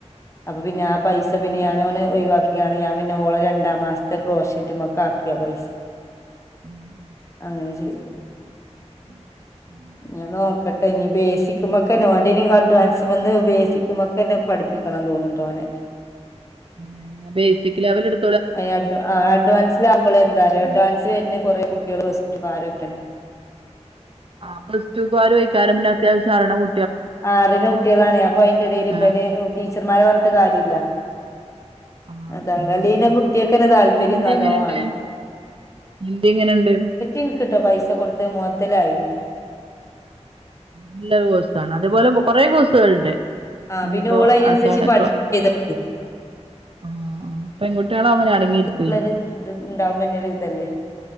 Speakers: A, on the left; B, on the right.
A: അപ്പൊ പിന്നെ ആ പൈസ പിന്നെ ഞാന് ഓനെ ഒഴിവാക്കിയാണ് ഞാൻ പിന്നെ ഓളെ രണ്ടാം മാസത്തേ ക്രോഷ്യറ്റ്മെക്കാക്കിയാ പൈ സ
B: ആഹ്
A: അങ്ങനെ ചെയ്തു
B: <unintelligible>
A: ഞാൻ നോക്കട്ടെ ഇഞ്ഞ് ബേസിക്ക്‌മെക്കന്നെ ഓന്റേനിം കാട്ടി വയസ്സ്മന്ന് ബേസിക്ക്‌മേക്കെന്നെ പഠിപ്പി ക്കണം തോന്ന്ണ്ട് ഓനെ
B: അങ്ങനെയാണന്നാ ബേസിക്ക് ലെവൽ എടു
A: ആഹ് ഈ അഡ്വാ ആഹ് അഡ്വാൻസിലാവുമ്പളേ എന്താറിയോ
B: ഉം
A: അഡ്വാൻസ് വെര്ന്ന കൊറേ കുട്ടിയാള് പ്ലസ് ടുക്കാരോക്കേണ്
B: ആഹ് പ്ലസ് ടുക്കാരുയേക്കാരം പിന്നെ അത്യാവശ്യം അറിയ്ണ കു
A: ആഹ് അറിയ്ണ കുട്ടിയാളാണെ അപ്പൊ അയിന്റെ എടേല് ഇബന്
B: ആഹ്
A: ഓഹ് ടീച്ചർമാര് പറഞ്ഞിട്ട് കാര്യല്ല
B: ആഹ്
A: അതാള്ളെ അല്ലേ പിന്നെ കുട്ടിയാക്കന്നേ താല്പര്യം
B: ഹിന്ദി
A: നല്ലോം
B: എങ്ങനെണ്ട്
A: വാണം
B: ഹിന്ദി എങ്ങനെണ്ട്
A: ഇന്ക്ക്ട്ടോ പൈസ കൊടുത്തെ മൊതലായീണ്
B: നല്ല കോഴ്‌സ്സാണ് അതെപോലെ പൊ കൊറേ കോഴ്സ്കള്ണ്ട്
A: ആഹ്
B: ഇഞ്ഞ്പ്പോ
A: പിന്നെ ഓള് അയിനനുസരിച്ച്
B: അതാണ്പ്പോ
A: പഠിച്ച് ചെയ്തപ്പളേ
B: ആഹ് പെൺകുട്ടിയളാവുമ്പം പിന്നെ അടങ്ങിയിരുക്കെ
A: ള്ളര് ഇത് ഇണ്ടാവുമ്പന്നെ ഒര് ഇതല്ലേ